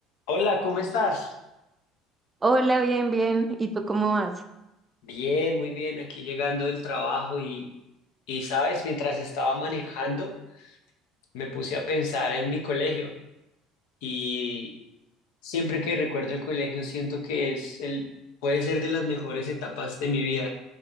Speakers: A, on the left; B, on the right.
A: Hola, ¿cómo estás?
B: Hola, bien, bien. ¿Y tú cómo vas?
A: Bien, muy bien, aquí llegando del trabajo y, y sabes, mientras estaba manejando, me puse a pensar en mi colegio y siempre que recuerdo el colegio siento que es el, puede ser de las mejores etapas de mi vida